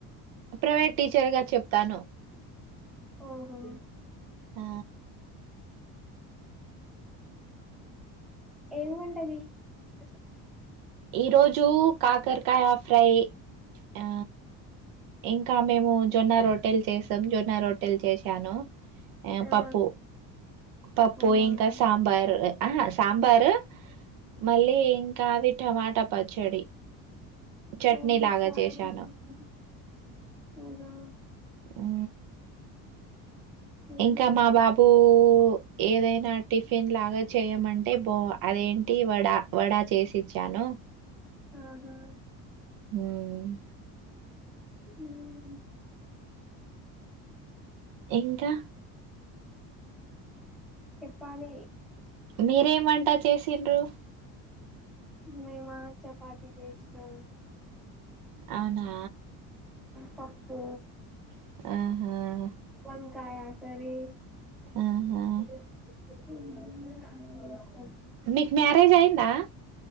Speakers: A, on the right (about 65°); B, in the centre.
A: ప్రైవేట్ టీచర్గా చెప్తాను
B: ఓహో
A: ఆ
B: ఏమి వంట చేసినారు ఈ రోజు
A: ఈ రోజు కాకరకాయ ఫ్రై ఆ ఇంకా మేము జొన్న రొట్ ట్టెలు చేసం రొట్టెలు చేశాను
B: ఆ
A: పప్పు పప్పు
B: అవునా
A: ఇంకా సాంబార్ ఆహ సాంబారు మళ్ళీ ఇంకా అది టమాటా పచ్చడి చట్నీ
B: పో
A: లాగా
B: చాలానే
A: చేశాను
B: చేశారు అవునా
A: అ
B: ఉమ్
A: ఇంకా మా బాబు ఏదైనా టిఫిన్ లాగా చేయమంటే బా అదేంటి వడా వడా చేసిచ్చాను
B: ఆహా
A: హుమ్మ్
B: హ
A: ఇంకా
B: చెప్పాలి
A: మీరేం వంట చేసిండ్రు
B: మేమ చపాతి చేసినాము
A: అవునా
B: పప్పు
A: ఆహా
B: వంకాయ కర్రీ
A: ఆహా
B: <unintelligible> <unintelligible>
A: మీకు మ్యారేజ్ అయిందా